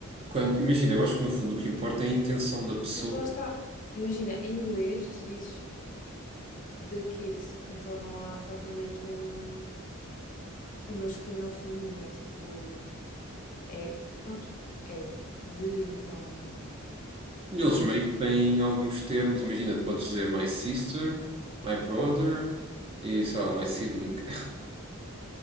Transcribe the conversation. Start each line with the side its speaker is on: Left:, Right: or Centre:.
Right: quando... Imagina, eu acho que no fundo o que importa é a intenção da pessoa.
Left: Mas lá está. Imagina, em inglês tu dizes the kids, então não há propriamente um, um masculino ou feminino, é tipo. É, pronto, é o de, então não,
Right: E eles
Left: não
Right: meio
Left: tens.
Right: que têm alguns termos. Imagina, tu podes dizer my sister, my brother e sei lá, my sibling. <laughs>